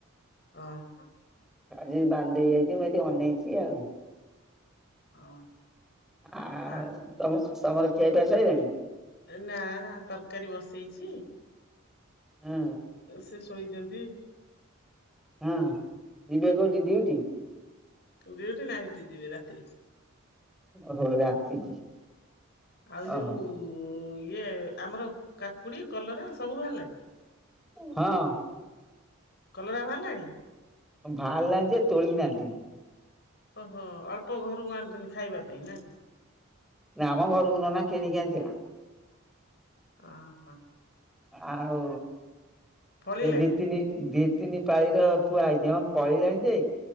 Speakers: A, on the left (about 50°); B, in the centre.
A: ଅ।
B: ଆଜି ବାନ୍ଧି ଦେଇକି ଆଇଛି ମୁଁ ଏଠି ଅନେଇଛି ଆଉ।
A: ଓ
B: ଆଉ
A: ଆ
B: ତମ ତମର ଖିଆ ପିଆ ସଇିଲାଣି?
A: ନା ନା ତରକାରୀ ବସେଇଚି।
B: ହୁଁ।
A: ଏ ସେ ଶୋଇଛନ୍ତି।
B: ହଁ ଯିବେ କୋଉଠି ଡିଉଟି?
A: ଡ଼ିଉଟି ନା ହେଇଠି ଯିବେ ରାତିରେ।
B: ଓହୋ ରାତିକି।
A: ଆଉ ଯୋଉ
B: ଓହୋ
A: ଇଏ ଆମର କାକୁଡି କଲରା ସବୁ ବାହାରିଲା?
B: ହଁ।
A: କଲରା ବାହାରିଲାଣି?
B: ବାହାରିଲାଣି ଯେ ତୋଳିନାହାନ୍ତି।
A: ଓହୋ ଅଳ୍ପ ଘରକୁ ଆଣିଛନ୍ତି ଖାଇବା ପାଇଁ ନା?
B: ନା ମ ଘରକୁ ନନା କିଣିକି ଆଣିଥିଲା।
A: ଓହୋ।
B: ଆଉ
A: ଫଳିଲାଣି
B: ଏ ଦି ତିନି ଦି ତିନିପାଳିର ଥୁଆ ହେଇଛି ହଁ ପଳେଇଲାଣି ଯେ